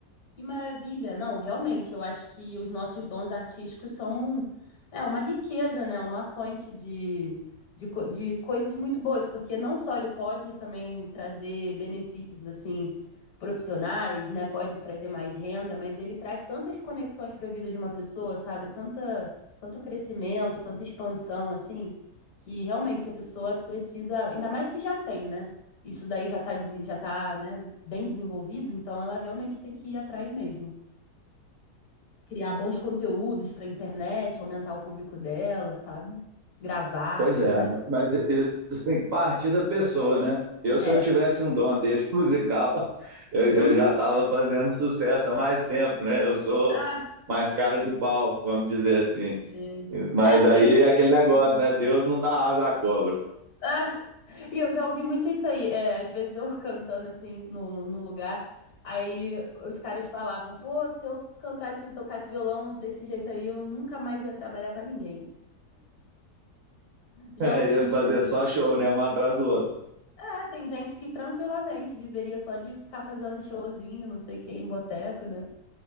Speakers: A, on the left (about 70°); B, on the right (about 50°).
A: Que maravilha! Não, realmente, eu acho que os nossos dons artísticos são é, uma riqueza, né? Uma fonte de, de, co- de coisas muito boas, porque não só ele pode também trazer benefícios assim profissionais, né? Pode trazer mais renda, mas ele traz tantas conexões para a vida de uma pessoa, sabe? Tanta, tanto crescimento, tanta expansão, assim, que realmente a pessoa precisa, ainda mais se já tem, né? Isso daí já está já tá, né? bem desenvolvido, então ela realmente tem que ir atrás mesmo. Criar bons conteúdos para internet, aumentar o público dela, sabe? Gravar,
B: Pois
A: tem
B: é,
A: que fazer.
B: mas i- isso tem que partir da pessoa, né? Eu, se
A: É.
B: eu tivesse um dom desse <laughs> musical, eu,
A: <laughs>
B: eu já estava fazendo sucesso há mais tempo, né? Eu sou
A: Ah,
B: mais cara de pau, vamos dizer assim.
A: sei.
B: Mas
A: é,
B: aí
A: e,
B: é aquele negócio,
A: <laughs>
B: né? Deus não dá asa à cobra. <laughs>
A: ah, e eu já ouvi muito isso aí. É, às vezes eu <laughs> cantando assim no, num lugar, aí os caras falavam, pô, se eu cantasse e tocasse violão desse jeito aí, eu nunca mais ia trabalhar para ninguém. Já
B: Aí
A: ouvi
B: é
A: muito
B: fazer
A: isso.
B: só show, né? Um atrás do outro.
A: É, tem gente que tranquilamente viveria só de ficar fazendo showzinho, não sei o que, em boteco, né?